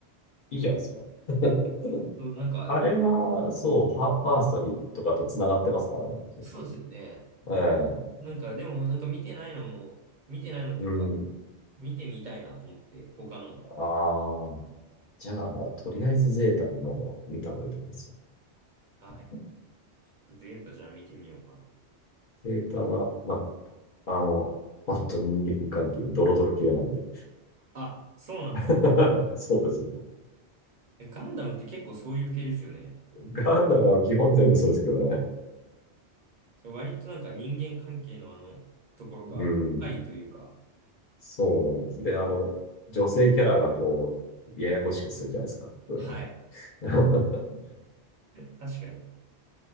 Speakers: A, on the left; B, on the right.
A: いいじゃないですか。うん
B: そうなんか、
A: あれは、そう、はファーストにとかと繋がってますからね、結構。
B: そうですよね。
A: ええ、
B: なんか、でも、なんか見てないのも、見てないのというか、
A: うん。
B: 見てみたいなと思って、他のも。
A: ああ、じゃあ、とりあえずゼータはもう見た方がいいと思いますよ。
B: あ、やっ
A: うん
B: ぱゼータじゃあ見てみようかな。
A: ゼータは、まあ、あの、もっと人間関係、ドロドロ系なんで。
B: あ、そうなんですか。
A: <laughs> そうです。
B: えガンダムって結構そういう系ですよね。
A: ガンダムは基本全部そうですけどね。
B: 割となんか人間関係のあの、ところが、
A: うん。
B: 愛というか、
A: そうなんです。で、あの、女性キャラがこう、ややこしくするじゃないですか。
B: はい。
A: <laughs>
B: 確かに。